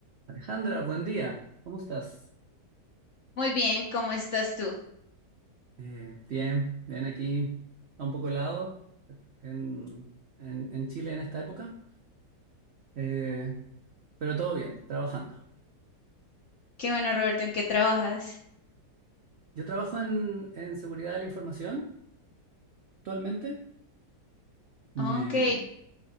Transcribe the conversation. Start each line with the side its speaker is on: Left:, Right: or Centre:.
Right: Alejandra, buen día. ¿Cómo estás?
Left: Muy bien, ¿cómo estás tú?
Right: Eh, bien, bien aquí a un poco helado en, en- en Chile en esta época, Eh, pero todo bien, trabajando.
Left: Qué bueno, Roberto, ¿en qué trabajas?
Right: Yo trabajo en, en seguridad de la información actualmente. Me,
Left: Ok,